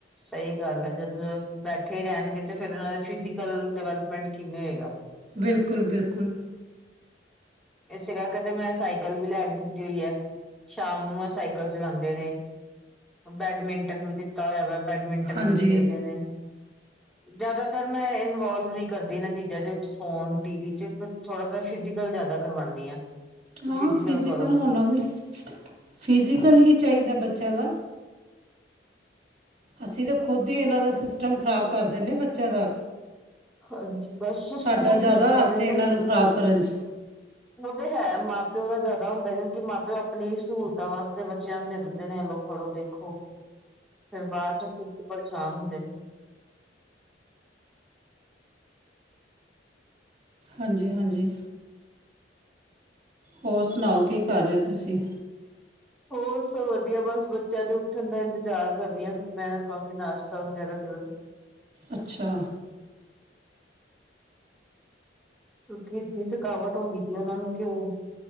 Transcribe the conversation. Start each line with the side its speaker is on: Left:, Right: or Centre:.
Centre: ਸਹੀ ਗੱਲ ਆ ਜਦ ਬੈਠੇ ਹੀ ਰਹਿਣਗੇ ਤੇ ਫੇਰ ਉਹਨਾਂ ਦੇ ਫਿਜ਼ਕਲ ਡਿਵੈਲਪਮੈਂਟ ਕਿਵੇਂ ਹੋਏਗਾ।
Right: ਬਿਲਕੁਲ-ਬਿਲਕੁਲ
Centre: ਇਸੇ ਕਰਕੇ ਤੇ ਮੈਂ ਸਾਈਕਲ ਵੀ ਲੈ ਕੇ ਦਿੱਤੀ ਹੋਈ ਹੈ ਸ਼ਾਮ ਨੂੰ ਸਾਈਕਲ ਚਲਾਂਦੇ ਨੇ। ਬੈਡਮਿੰਟਨ ਵੀ ਦਿੱਤਾ ਹੋਇਆ ਵਾ ਬੈਡਮਿੰਟਨ
Right: ਹਾਂਜੀ
Centre: ਵੀ ਖੇਲਦੇ ਨੇ। ਜਾਦਾਤਰ ਮੈਂ ਇਨਵੋਲਵ ਨੀ ਕਰਦੀ ਇਹਨਾਂ ਚੀਜ਼ਾਂ ਦੇ ਵਿੱਚ ਫੋਨ ਟੀ ਵੀ 'ਚ ਥੋੜਾ ਤਾਂ ਫਿਜ਼ਕਲ ਜਾਦਾ ਕਰਵਾਣੀ ਆ। ਕਿ
Right: ਹਾਂ
Centre: ਫਿਜ਼ੀਕਲ
Right: ਫਿਜੀਕਲ
Centre: ਕਰੋ
Right: ਹੋਣਾ ਵੀ ਫਿਜ਼ੀਕਲ ਹੀ ਚਾਹੀਦਾ ਬੱਚਿਆਂ ਦਾ ਅਸੀ ਤਾਂ ਖੁਦ ਹੀ ਇਹਨਾਂ ਦਾ ਸਿਸਟਮ ਖਰਾਬ ਕਰ ਦਿੰਦੇ ਬੱਚਿਆਂ ਦਾ
Centre: ਹਾਂਜੀ ਬਸ
Right: ਸਾਡਾ
Centre: ਸਕੂਲ
Right: ਜਾਦਾ
Centre: ਖੁੱਲਣ ਵਾਲੇ
Right: ਹੱਥ ਇਹਨਾਂ ਨੂੰ ਖ਼ਰਾਬ ਕਰਨ 'ਚ
Centre: ਓ ਤੇ ਹੈ ਮਾਂ ਪਿਓ ਦਾ ਜਾਦਾ ਹੁੰਦਾ ਕਿਉਂਕਿ ਮਾਂ ਪਿਓ ਆਪਣੀ ਸਹੂਲਤਾਂ ਵਾਸਤੇ ਬੱਚਿਆਂ ਨੂੰ ਦੇ ਦਿੰਦੇ ਐ ਲੋ। ਪੜੋ ਦੇਖੋ।
Right: ??
Centre: ਫਿਰ ਬਾਦ 'ਚ ਫਿਰ ਵੀ ਪਰੇਸ਼ਾਨ ਹੁੰਦੇ ਨੇ।
Right: ਹਾਂਜੀ-ਹਾਂਜੀ ਹੋਰ ਸੁਣਾਓ ਕੀ ਕਰ ਰਏ ਹੋ ਤੁਸੀਂ
Centre: ਹੋਰ ਸਭ ਵਧੀਆ ਬਸ ਬੱਚਿਆਂ 'ਚ ਉੱਠਣ ਦਾ ਇੰਤਜ਼ਾਰ ਕਰ ਰੀ ਹਾਂ ਫਿਰ ਮੈਂ ਕਹਾਂਗੀ ਨਾਸ਼ਤਾ ਵਗੈਰਾ ਕਰਨ
Right: ਅੱਛਾ
Centre: ਕਿਉਂਕਿ ਇਤਨੀ ਥਕਾਵਟ ਹੋ ਗਈ ਉਹਨਾ ਨੂੰ ਕਿ ਓ